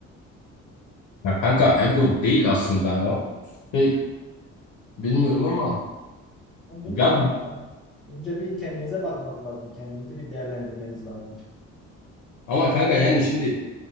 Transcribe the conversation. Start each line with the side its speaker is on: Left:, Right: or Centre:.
Left: Ya kanka ego değil aslında ya. Şey, bilmiyorum ama
Centre: Yani bilmiyorum
Left: ya
Centre: ya. Önce bir kendimize bakmak lazım. Kendimizi bir değerlendirmemiz lazım.
Left: ama kanka yani şimdi